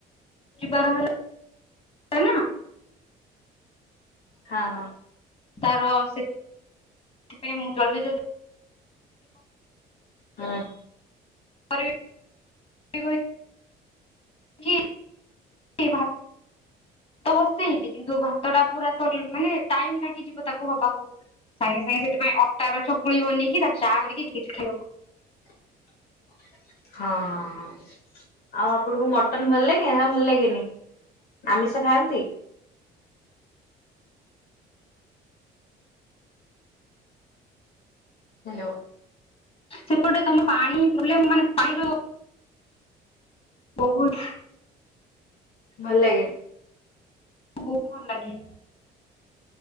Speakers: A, on the left; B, on the left.
A: ଯିବାର ହେଲା ନା।
B: ହଁ ହଁ।
A: ତାର ସେ ସେଥିପାଇଁ ମୁଁ ଜଲଦି ଜ
B: ହଁ।
A: ଆ <inaudible> ବା <inaudible> ଭାତ ଵସେଇିବି କିନ୍ତୁ ଭାତ ଟା ପୁରା ତ ମାନେ ଟାଇମ ଲାଗିଯିବ ତାକୁ ହବାକୁ। ସାଙ୍ଗେ ସାଙ୍ଗେ ସେଥିପାଇଁ ଅଟାର ଚକୁଳି ବନେଇକି ତା ଚାହା କରିକି ଟିକେ ଚ ଖାଇବାକୁ।
B: <inaudible> ହଁ ହଁ ହଁ ଆଉ ଆପଣଙ୍କୁ ମଟନ ଭଲ ଲାଗେ ନା ଭଲ ଲାଗେନି? ଆମିଷ ଖାଆନ୍ତି? ହ୍ୟାଲୋ।
A: ସେପଟେ ତମେ ପାଣି ପୂଲେ ମାନେ ପାଣି ର ବହୁତ।
B: ଭଲ ଲାଗେ।
A: ବହୁତ ଭଲ ଲାଗେ।